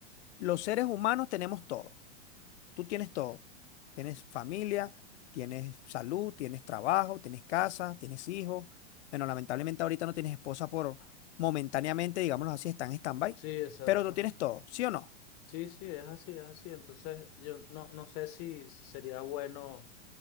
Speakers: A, on the left; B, on the left.
A: los seres humanos tenemos todo. Tú tienes todo. Tienes familia, tienes salud, tienes trabajo, tienes casa, tienes hijos. Bueno, lamentablemente ahorita no tienes esposa por momentáneamente, digámoslo así, está en stand-by.
B: Sí, exacto.
A: Pero tú tienes todo, ¿sí o no?
B: Sí, sí, es así, es así. Entonces, yo no, no sé si sería bueno